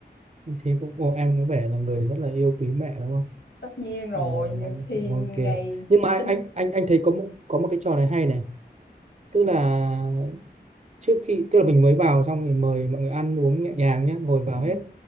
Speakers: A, on the right; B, on the left.
A: ừ thế cũng ồ, em có vẻ là người rất là yêu quý mẹ đúng không
B: Tất nhiên rồi,
A: Nhưng mà
B: như- thì
A: ok
B: ngày
A: nhưng mà
B: sinh
A: anh anh anh thấy có một, có một cái trò này hay này tức là trước khi tức là mình mới vào xong thì mời mọi người ăn uống nhẹ nhàng nhé ngồi vào
B: ừ,
A: hết